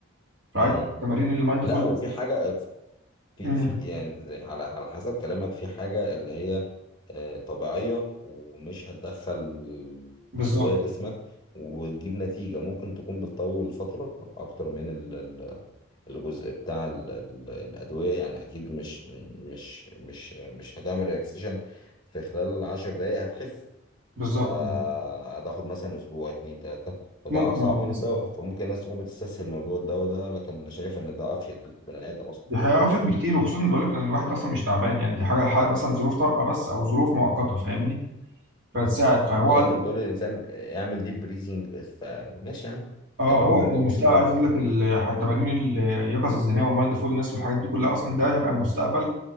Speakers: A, on the right (about 60°); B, on the left (about 20°).
A: فعايز
B: امم
A: تمارين المايند
B: لا
A: فول
B: وفي حاجه في
A: امم
B: في يعني زي- على على حسب كلامك في حاجة اللي هي آه، طبيعية ومش هتدخل
A: بالظبط
B: أدوية جسمك وتجيب نتيجة ممكن تكون بتطول فترة أكتر من ال- ال- الجزء بتاع ال- ال- الأدوية يعني أكيد مش مش مش مش هتعمل ريلاكسيشن في خلال عشر دقايق هتخف
A: بالظبط
B: فهتاخد
A: آه.
B: مثلا أسبوع اتنين تلاتة فده
A: ممكن
B: أصعب
A: اه
B: من
A: بس
B: الدواء فممكن الناس تكون بتستسهل موضوع الدواء ده لكن أنا شايف إن ده أفيد للبني آدم أصلا
A: دي هيعرفل بكتير وخصوصا بقول لك ان الواحد اصلا مش تعبان يعني دي حاجه حاجة مثلا ظروف طارئه بس او ظروف مؤقته فاهمني فتساعد فهو
B: وبعدين
A: عايز-
B: انت بتقول للانسان آه، اعمل ديب بريزنج فماشي يا عم
A: اه
B: فاللي
A: هو
B: هو الموضوع
A: المستقبل
B: بسيط
A: عايز
B: اهو
A: اقول لك ال- تمارين اليقظه الذهنيه والمايند فولنس والحاجات دي كلها اصلا ده هيبقى مستقبل